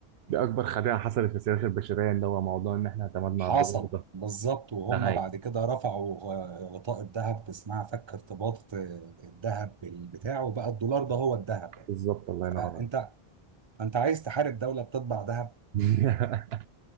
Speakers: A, on the right; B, on the right.
A: دي اكبر خديعه حصلت في السياسه البشريه اللي هو موضوع ان احنا اعتمدنا
B: حصل
A: على الدولار ده
B: بالظبط وهم
A: ده هاي
B: بعد كده رفعوا غ- غطاء الذهب اسمها فك ارتباط آه، الذهب بال- بتاعه بقى الدولار ده هو الذهب
A: بالظبط الله
B: فانت
A: ينور
B: انت عايز تحارب دولة بتطبع ذهب
A: عليك <laughs>